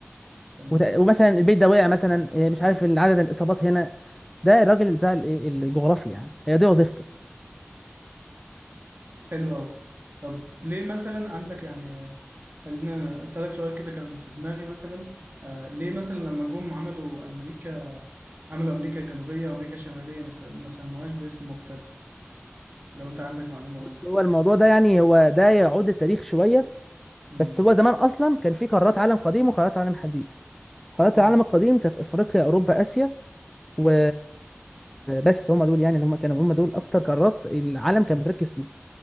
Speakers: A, on the right; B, in the centre.
A: تمام
B: وت- ومثلا البيت ده وقع مثلا إيه، مش عارف إن عدد الاصابات هنا ده الراجل بتاع ال- الجغرافي يعني هي دي وظيفته
A: حلو أوي طب ليه مثلا عندك يعني خلينا أسألك سؤال كده كان في دماغي مثلا آه ليه مثلا لما جم عملوا أمريكا عملوا أمريكا الجنوبية وأمريكا الشمالية مثلا ما سموهاش باسم مختلف لو أنت عندك معلومة
B: بص
A: قول لي
B: هو الموضوع ده يعني هو ده يعود التاريخ شويه
A: مم.
B: بس هو زمان اصلا كان في قارات عالم قديم وقارات عالم حديث قارات
A: مم.
B: العالم القديم كانت افريقيا اوروبا اسيا و بس هم دول يعني اللي هم كانوا هم دول اكتر قارات العالم كان بتركز فيه